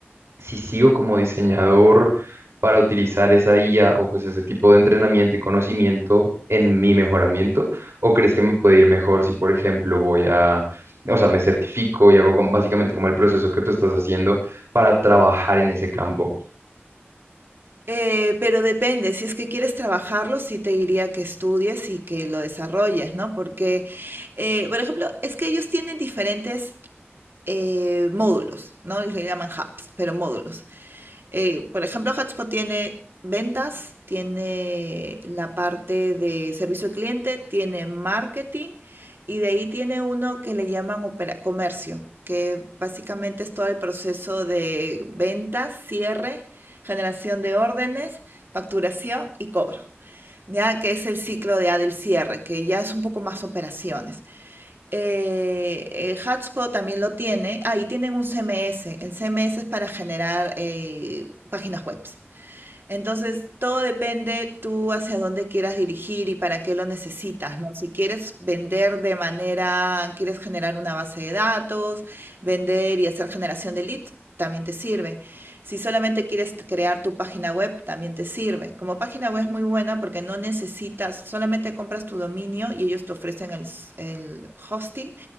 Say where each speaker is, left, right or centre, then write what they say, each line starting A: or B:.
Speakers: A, on the right; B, on the right.
A: si sigo como diseñador para utilizar esa IA o pues ese tipo de entrenamiento y conocimiento en mi mejoramiento, o crees que me puede ir mejor si, por ejemplo, voy a, o sea, me certifico y hago como- básicamente como el proceso que tú estás haciendo para trabajar en ese campo.
B: Eh, pero depende, si es que quieres trabajarlo, sí te diría que estudies y que lo desarrolles, ¿no? Porque, eh, por ejemplo, es que ellos tienen diferentes eh, módulos, ¿no? Ellos le llaman hubs, pero módulos. Eh, por ejemplo, Hotspot tiene ventas, tiene la parte de servicio al cliente, tiene marketing y de ahí tiene uno que le llaman opera- comercio, que básicamente es todo el proceso de ventas, cierre, generación de órdenes, facturación y cobro. Ya que es el ciclo de A del cierre, que ya es un poco más operaciones. Eh, eh, HubSpot también lo tiene. Ahí tienen un CMS. El CMS es para generar eh, páginas web. Entonces, todo depende tú hacia dónde quieras dirigir y para qué lo necesitas, ¿no? Si quieres vender de manera, quieres generar una base de datos, vender y hacer generación de leads, también te sirve. Si solamente quieres crear tu página web, también te sirve. Como página web es muy buena porque no necesitas, solamente compras tu dominio y ellos te ofrecen el, el hosting